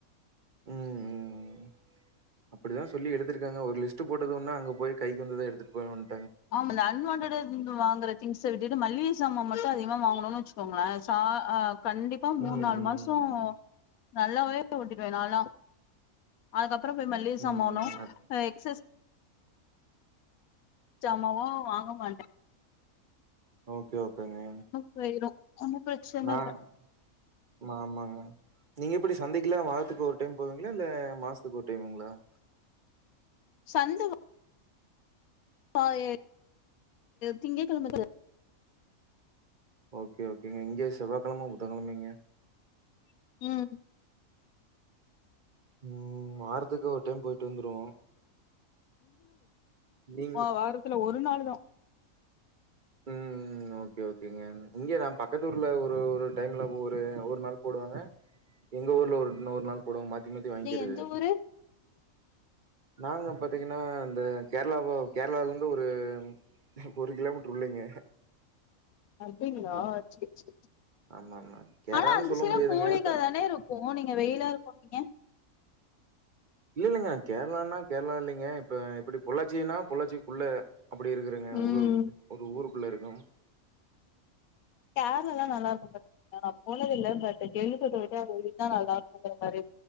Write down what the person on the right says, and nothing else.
உம் உம் உம் அப்டிதா சொல்லி எடுத்திருக்காங்க ஒரு லிஸ்ட் போட்டது ஒன்னு அங்க போய் கைக்கு வந்தத எடுத்துட்டு போ ஒன்
ம்
ம்
ம்
ம் அ
ஓகே ஓகேங்க
நாங்க
ஆமா ஆமாங்க நீங்க எப்டி சந்தைக்குலா வாரத்துக்கு ஒரு டைம் போவீங்களா இல்ல மாசத்துக்கு ஒரு டைம்ங்களா <inaudible>
ஓகே ஓகேங்க இங்க செவ்வாய்கெழம புதன்கெழமைங்க
உம் வாரத்துக்கு ஒரு டைம் போயிட்டு வந்துருவோ நீங்க
உம்ம் ஓகே ஓகேங்க இங்க நா பக்கத்தூர்ல ஒரு ஒரு டைம்ல ஒரு ஒரு நாள் போடுவாங்க எங்க ஊர்ல ஒரு இன்னொரு நாள் போடுவாங்க மாத்தி மாத்தி வாங்கிக்கிறது
நாங்க பாத்தீங்கன்னா இந்த கேரள கேரளால இருந்து ஒரு எனக்கு ஒரு கிலோமீட்டர் உள்ளைங்க
ஆமாமா. கேரளான்னு
சொல்ல
முடியாதுங்க.
த
இல்ல இல்லங்க கேரளான்னா கேரளா இல்லைங்க இப்ப எப்டி பொள்ளாச்சினா பொள்ளாச்சிக்குள்ள அப்டி இருக்கறேங்க
உரு ஒரு ஊருக்குள்ள இருக்கம்